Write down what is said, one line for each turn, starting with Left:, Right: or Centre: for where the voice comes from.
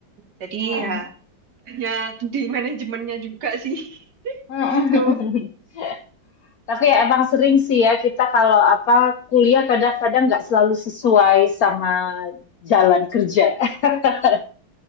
Right: Jadi
Left: Heeh.
Right: ya hanya di manajemennya juga sih <laughs>
Left: Heeh.
Right: gitu.
Left: <laughs> Tapi ya emang sering sih ya kita kalau apa kuliah kadang-kadang nggak selalu sesuai sama jalan kerja. <laughs>